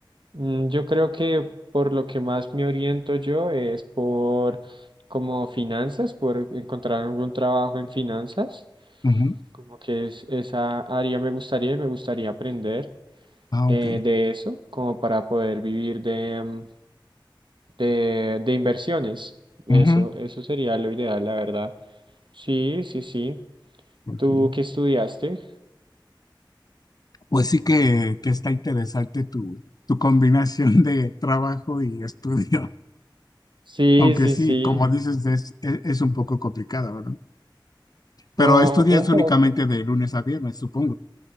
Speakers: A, on the right; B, on the left.
A: Mm, Yo creo que por lo que más me oriento yo es por como finanzas, por encontrar algún trabajo en finanzas,
B: Ujú.
A: como que es, esa área me gustaría y me gustaría aprender
B: Ah,
A: eh,
B: ok.
A: de eso, como para poder vivir de, mm, de, de inversiones. Eso,
B: Ujú,
A: eso sería lo ideal, la verdad. Sí, sí, sí.
B: ok.
A: ¿Tú qué estudiaste?
B: Pues sí que, que está interesante tu, tu combinación de trabajo y estudio. <laughs>
A: Sí,
B: Aunque
A: sí,
B: sí,
A: sí.
B: como dices, es, es, es un poco complicado, ¿verdad? Pero
A: Oh,
B: estudias
A: un poco.
B: únicamente de lunes a viernes, supongo.